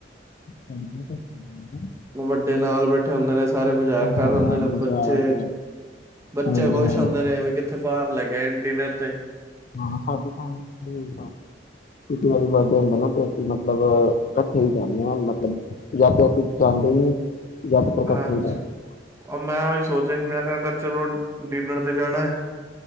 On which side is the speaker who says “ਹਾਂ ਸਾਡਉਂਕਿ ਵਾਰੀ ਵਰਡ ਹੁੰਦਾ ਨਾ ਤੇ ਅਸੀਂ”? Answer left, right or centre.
Left